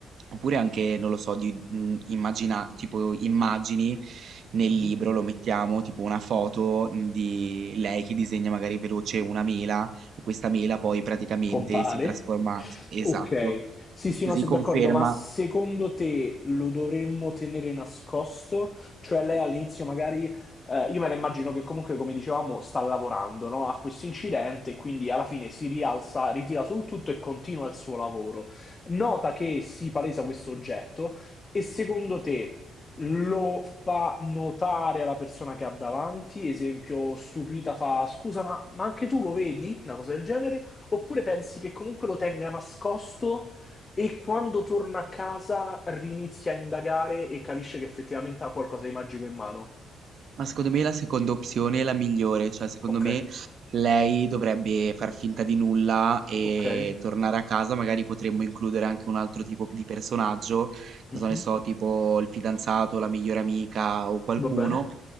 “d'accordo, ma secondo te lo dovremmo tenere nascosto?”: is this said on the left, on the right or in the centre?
Left